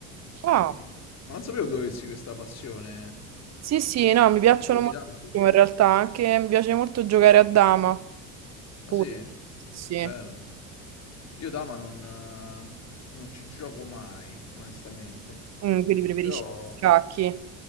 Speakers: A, on the right; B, on the left.
A: Ah,
B: E- Ma non sapevo tu avessi questa passione.
A: sì, sì, no, mi piacciono
B: Tu Giochi
A: moltissimo
B: tanto?
A: in realtà, anche mi piace molto giocare a dama,
B: Ah
A: pure,
B: sì?
A: sì,
B: Bello. Io dama non, eh, non ci gioco mai, onestamente.
A: Mm, quindi preferisci
B: Però...
A: gli scacchi,